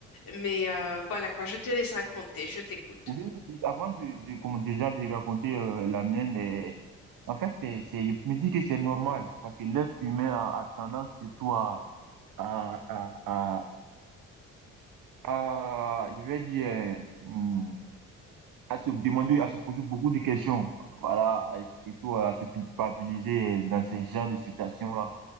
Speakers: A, on the left; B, on the right.
A: mais euh, voilà quoi, je te laisse raconter, je t'écoute.
B: Oui, tu- avant de, de comme déjà de raconter euh, la mienne, euh, en fait, c'est, c'est, je me dis que c'est normal parce que l'être humain a, a tendance surtout à, à, à, à, à- je vais dire, euh, hmm, à se demander, à se poser beaucoup de questions. Voilà, et surtout à se culpabiliser dans ces genres de situations-là.